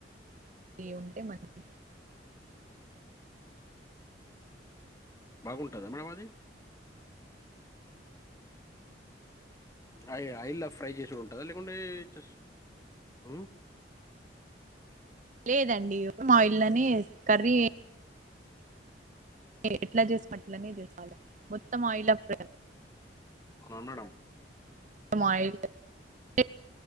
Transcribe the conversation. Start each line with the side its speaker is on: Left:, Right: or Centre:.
Right: ఏ ఉంటే మంచి
Left: బాగుంటుందా మేడం అది ఆయి ఆయిలా ఫ్రై జేసి ఉంటుందా లేకుంటే జస్ హ్మ్ అ
Right: లేదండి ఆయిల్లోనే కర్రీ ఎట్లా జేస్కుంటారో మీరె చేపాలి మొత్తం ఆయిల్ల ఫ్రై
Left: అవును మేడం
Right: తం ఆయిల్ ఎ